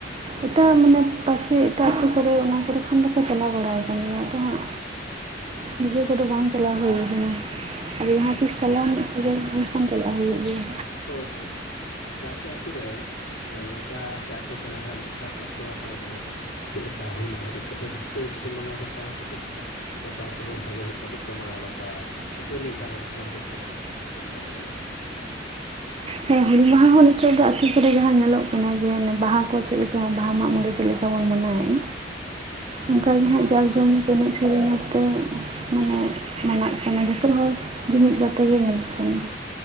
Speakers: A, on the right; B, on the left.
A: ᱮᱴᱟᱜ ᱢᱟᱱᱮ ᱯᱟᱥᱮ ᱮᱴᱟᱜ ᱟᱹᱛᱩ ᱠᱚᱨᱮ ᱚᱱᱟ ᱠᱚᱨᱮ ᱠᱷᱚᱱ ᱫᱚᱠᱚ ᱪᱟᱞᱟᱣ ᱵᱟᱲᱟᱭ ᱠᱟᱱ ᱜᱮᱭᱟ ᱟᱫᱚ ᱦᱟᱸᱜ
B: <inaudible>
A: ᱱᱤᱡᱮ ᱠᱚᱫᱚ ᱵᱟᱝ ᱪᱟᱞᱟᱣ ᱦᱩᱭ ᱠᱟᱱᱟ᱾ ᱟᱨ ᱡᱟᱦᱟᱸ ᱛᱤᱥ
B: ᱟᱪᱪᱷᱟ
A: ᱪᱟᱞᱣᱟᱱ ᱪᱟᱞᱟᱜ ᱦᱩᱭᱩᱜ ᱜᱮᱭᱟ᱾
B: ᱦᱳᱭ ᱦᱳᱭ᱾ ᱟᱪᱪᱷᱟ ᱟᱯᱮ ᱟᱛᱳ ᱨᱮ ᱢᱟᱱᱮ ᱱᱚᱝᱠᱟ ᱥᱮ ᱟᱯᱮ ᱫᱚ ᱫᱷᱟᱨᱯᱟᱥ ᱴᱚᱞᱟ ᱯᱟᱲᱟ ᱠᱚᱨᱮ ᱪᱮᱫ ᱞᱮᱠᱟ ᱦᱩᱞ ᱢᱟᱦᱟ ᱪᱮᱫ ᱞᱮᱠᱟ ᱯᱮ ᱨᱟᱹᱥᱠᱟᱹ ᱜᱮᱯᱮ ᱢᱟᱱᱟᱣ ᱵᱟᱛᱟᱣᱟ ᱥᱮ ᱪᱮᱫ ᱞᱮᱠᱟ? ᱡᱚᱛᱚ ᱟᱛᱳ ᱦᱚᱲ ᱥᱟᱸᱜᱮ ᱦᱮᱡ ᱠᱟᱛᱮ ᱠᱚ ᱢᱟᱱᱟᱣ ᱵᱟᱛᱟᱣᱟ ᱥᱮ ᱢᱤᱫ ᱵᱟᱨ ᱦᱚᱲ ᱟᱛᱮᱫ ᱠᱚ ᱢᱟᱱᱟᱣ ᱵᱟᱛᱟᱣᱟ ᱪᱮᱫ ᱞᱮᱠᱟ ᱧᱮᱞᱚᱜᱼᱟ?
A: ᱦᱮᱸ ᱦᱩᱞᱤ ᱢᱟᱦᱟ ᱦᱚᱸ ᱱᱤᱛᱚᱜ ᱫᱚ ᱟᱛᱳ ᱠᱚᱨᱮ ᱡᱟᱦᱟᱸ ᱧᱮᱞᱚᱜ ᱠᱟᱱᱟ ᱡᱮ ᱚᱱᱮ ᱵᱟᱦᱟ ᱠᱚ ᱪᱮᱫᱮ ᱞᱮᱠᱟ ᱵᱟᱦᱟ ᱢᱟᱜ ᱢᱚᱬᱮ ᱪᱮᱫ ᱞᱮᱠᱟ ᱠᱚ ᱵᱚᱱ ᱢᱟᱱᱟᱣᱮᱫᱼᱟ ᱚᱱᱠᱟ ᱜᱮ ᱦᱟᱸᱜ
B: ᱦᱳᱭ
A: ᱡᱠ ᱡᱚᱢ ᱮᱱᱮᱡ ᱥᱮᱨᱮᱧᱛᱮ ᱢᱟᱱᱮ ᱢᱟᱱᱟᱜ ᱠᱟᱱᱟ ᱡᱷᱚᱛᱚ ᱦᱚᱲ ᱡᱩᱢᱤᱫ ᱠᱟᱛᱮ ᱜᱮ ᱧᱮᱞᱚᱜ ᱠᱟᱱᱟ